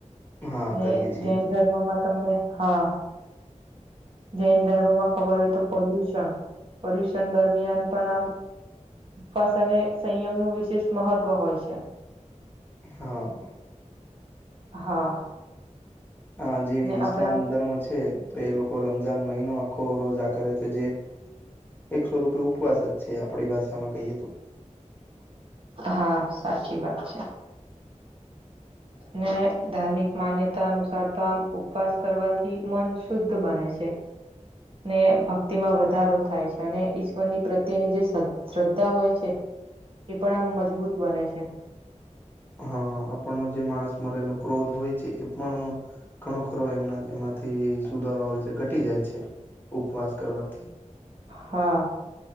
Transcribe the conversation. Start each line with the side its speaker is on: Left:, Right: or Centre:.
Left: હા
Right: અને
Left: કરીએ છીએ
Right: જૈન
Left: તો
Right: ધર્મમાં તમને હા જૈન ધર્મ માં ખબર હોય તો પડ્યું પરીષણ દરમિયાન પણ આમ ઉપવાસ અને સંયમનું વિશેષ મહત્વ હોય છે.
Left: હા
Right: હા
Left: હા જેવી
Right: અને
Left: ઈસ્લામ
Right: આપડે આમ
Left: ધર્મ છે તો એ લોકો રમજાન મહિનો ખો રોજા કરે છે જે એકસો રૂપે ઉપવાસ જ છે આપડી ભાષામાં કહીએ તો
Right: હા સાચી વાત છે ને ધાર્મિક માન્યતા અનુસારતા ઉપવાસ કરવાથી મન શુદ્ધ બને છે. હ ને ભક્તિમાં વધારો થાય છે અને ઈશ્વરની પ્રત્યેની જે શ્રદ્ધા હોય છે એ પણ આમ મજબૂત બને છે
Left: હા આપણનો જે માણસ મરેલો ક્રોધ હોય છે એ પણ ઘણો ખરો એમના એમાં થી સુધારો આવે છે ઘટી જાય છે ઉપવાસ કરવાથી
Right: હા